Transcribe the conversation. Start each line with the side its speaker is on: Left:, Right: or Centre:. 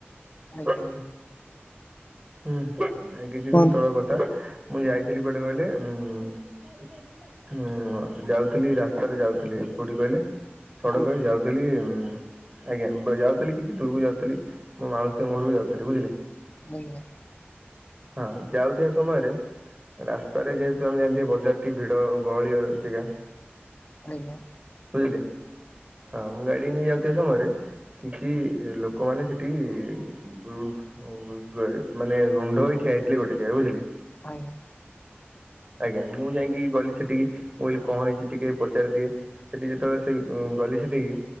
Right: ହୁଁ
Left: ଆଜ୍ଞା।
Right: ହୁଁ ଏ କିଛି
Left: କୁହନ୍ତୁ
Right: ଦିନ ତଳ କଥା ମୁଁ ଯାଇଥିଲି କୁଆଡେ କହିଲେ ଉଁ ହୁଁ ଯାଉଥିଲି ରାସ୍ତାରେ ଯାଉଥିଲି କୋଉଠି କହିଲେ ସଡ଼କରେ
Left: କୋଉଠି
Right: ଯାଉ ଥେଲି ଉଁ ଆଜ୍ଞା ବ ଯାଉଥିଲି କିଛି ଦୂରୁକୁ ଯାଉଥେଲି ମୋ ମାଉସୀଙ୍କ ଘରକୁ ଯାଉଥେଲି ବୁଝିଲେ
Left: ଆଜ୍ଞା।
Right: ହଁ ଯାଉଥିବା ସମୟରେ ରାସ୍ତାରେ ଯେହେତୁ ଆମେ ଜାଣିଥିବେ ବଜାରଟି ଭିଡ ଗହଳି ଜେଗା
Left: ଆଜ୍ଞା।
Right: ବୁଝିଲେ ହଁ ମୁଁ ଗାଡି ନେଇ ଯାଉଥିବା ସମୟରେ କିଛି ଲୋକମାନେ ସେଠି ଗୃଣ୍ଢ <unintelligible> ମାନେ ରୁଣ୍ଢ ହୋଇ ଠିଆ ହେଇଥିଲେ ଗୋଟେ ଜେଗା ବୁଝିଲେ
Left: ଆଜ୍ଞା।
Right: ଆଜ୍ଞା ମୁଁ ଯାଇକି ଗଲି ସେଠିକି, ମୁଁ କହିଲି କଣ ହେଇଛି ଟିକେ ପଚାରିଦିଏ। ସେଠି ଯେତେବେଳେ ସେ ଗଲି ସେଠିକି